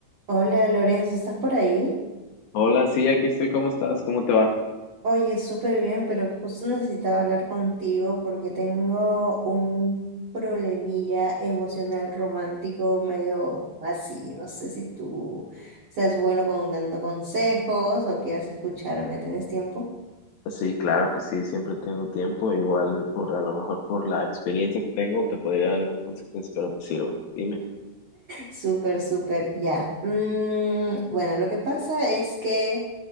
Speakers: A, on the right (about 70°); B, on the left (about 70°).
A: Hola Lorenzo, ¿estás por ahí?
B: Hola, sí, aquí estoy. ¿Cómo estás? ¿Cómo te va?
A: Oye, súper bien, pero justo necesitaba hablar contigo porque tengo un problemilla emocional romántico medio así. No sé si tú seas bueno con dando consejos o quieras escucharme. ¿Tienes tiempo?
B: Sí, claro que sí, siempre tengo tiempo, igual por a lo mejor por la experiencia que tengo te podría dar algún consejo, espero te sirva. Dime.
A: Súper, súper, ya. Mm, bueno, lo que pasa es que,